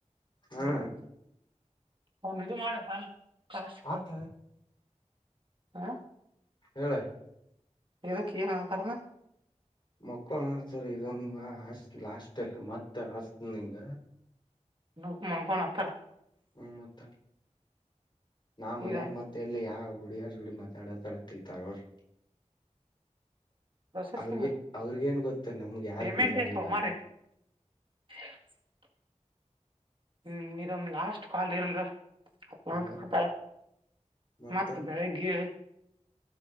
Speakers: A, on the left; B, on the right.
A: ಹಾ
B: ಹ ಅವನ್ ಇದು ಮಾಡ <unintelligible>
A: ಆತ
B: ಹಾ
A: ಹೇಳ
B: ಇದಕ್ಕೇನು ನಾತಣ
A: ಮಕ್ಕಳಸರ್ ಇದೊಂದ ಹ ಲಾಸ್ಟ್ ಮತ್ತ ಹಸ್ತಿಂಗ
B: ನ ಮನಕೋಣ ಹತ್ರ
A: ಹ ಮತ್ತ ನಾ ಮನ್ಯಾಗ
B: ಇದ
A: ಮತ್ತೆ ಎಲ್ಲಿ ಯಾವ ಹುಡುಗಿಯರ ಜೋಡಿ ಮಾತಾಡಥರತ್ತತಾರರ್
B: ಪ್ರೊಸೆಸಿಂಗ್
A: ಅವ್ರಿಗೆ ಅವ್ರಿಗೇನ್ ಗೊತ್ತ ನಮ್ಗೆ ಯಾರು
B: ಪೇಮೆಂಟ್
A: ಹುಡಿಯಾರಿಲ್ಲ
B: ಡೇ ಸೋಮಾರ
A: ಅಂತ
B: ಐತೆ <inaudible> ಹ್ಮ್ ಇದೊಂದ್ ಲಾಸ್ಟ್ ಕಾಲ್ ಇರಲ್ರ
A: ಅದ
B: ಅತ್ತಾರೆ
A: ಮತ್ತ
B: ಮತ್ತೆ ಬೆಳಿಗ್ಗೆ